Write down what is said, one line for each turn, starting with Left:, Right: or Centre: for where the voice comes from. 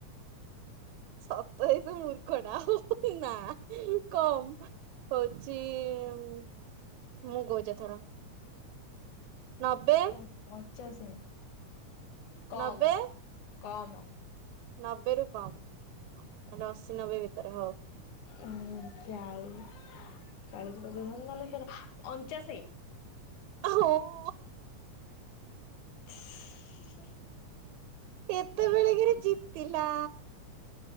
Right: ସତରେ ତୁ ମୂର୍ଖ ଟା ହଉ ନା କମ୍ ହଉଚି ମୁଁ କହୁଚି ଏଥର। ନବେ
Left: <unintelligible> ପଚାଶେ କମ
Right: ନବେ
Left: କମ।
Right: ନବେ ରୁ କମ୍ ଅଶୀ ନବେ ଭିତରେ ହଉ।
Left: ଉଁ ହୁଁ ଚାଳି <unintelligible> ତର ଅଞ୍ଚାଶେ।
Right: ହଁ।
Left: ହୁଁ ହୁଁ।
Right: ଏତେବେଳେ କେରେ ଜିତିଲା।